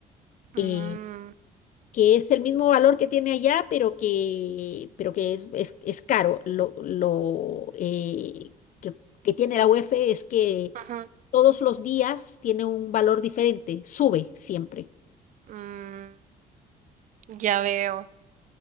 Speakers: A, on the right; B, on the left.
A: mm,
B: eh, que es el mismo valor que tiene allá, pero que, pero que es, es caro. Lo, lo, eh, que, que tiene la UF es que
A: ujú,
B: todos los días tiene un valor diferente, sube siempre.
A: mm, ya veo.